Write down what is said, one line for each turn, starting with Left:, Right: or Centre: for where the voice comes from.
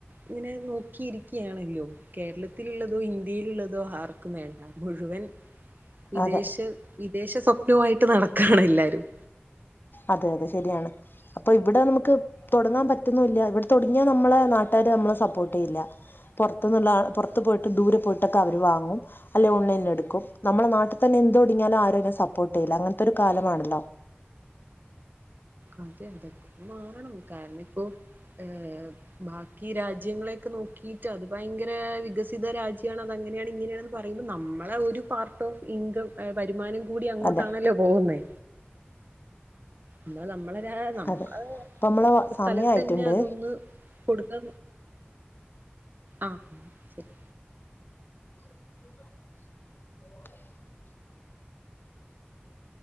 Right: ഇങ്ങനെ നോക് കിരികാണല്ലോ കേരളത്തിലുള്ളതോ ഇന്ത്യയിലുള്ളതോ ആർക്കും വേണ്ട മുഴുവൻ വിദേശ
Left: അതെ
Right: വിദേശ സ്വപ്നായിട്ട് നടക്കാണ് എല്ലാരും
Left: അതെ അതെ ശരിയാണ് അപ്പൊ ഇവിടെ നമുക്ക് തോടങ്ങാൻ പറ്റുന്നുല്ല ഇവിടെ തുടങ്ങിയാ നമ്മള് നാട്ട <unintelligible> നമ്മളെ സപ്പോർട്ട് ചെയ്ല്ല പോറത്തുന്ന് പുറത്ത് പോയിട്ട് ദൂരെ പോയിട്ടൊക്കെ അവര് വാങ്ങും അല്ലെ ഓൺലൈനിൽ എടുക്കും നമ്മളെ നാട്ടിൽ തന്നെ എന്ത് ഒടിഞാലും ആരും എനെ സപ്പോട്ട് ചെയ്യില്ല അങ്ങനത്തെ ഒരു കാലമാണല്ലോ
Right: അതെ അതെക്കെ മാറണം കാരണം ഇപ്പോ ഏ ബാക്കി രാജ്യങ്ങളെ നോക്കിട്ട് അത് ഭയങ്കര ന്നെ വികസിത രാജ്യാണ് അത്ങ്ങനെയാണ് ഇങ്ങനെയാണ് പറയുമ്പോ നമ്മളെ ഒരു പാർട്ട് ഓഫ് ഇൻകം വരുമാനം കൂടി അങ്ങോട്ടാണല്ലോ
Left: അതെ
Right: പോകുന്നേ ന്നാ നമ്മളരാ നമ്മള്
Left: അതെ അപ്പൊ നമ്മളെ
Right: സ്ഥലത്തന്നെ
Left: സമയായിട്ടുണ്ട്
Right: അതൊന്ന് കൊടുക്ക ആ ശരി
Left: <unintelligible>